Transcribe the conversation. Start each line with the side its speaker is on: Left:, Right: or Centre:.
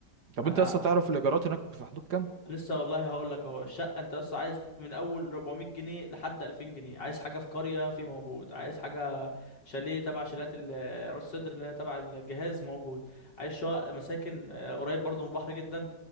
Right: طب
Left: آه،
Right: انت يسطا تعرف الايجارات هناك في حدود كام
Left: لسه والله هقول لك اهو الشقه انت بس عايز من اول 400 جنيه لحد 2000 جنيه عايز حاجه في قريه في موجود عايز حاجه شاليه تبع شاليات ال- راس سدر اللي هي تبع الجهاز موجود عايز شقق مساكن آه، قريب برضو من البحر جدا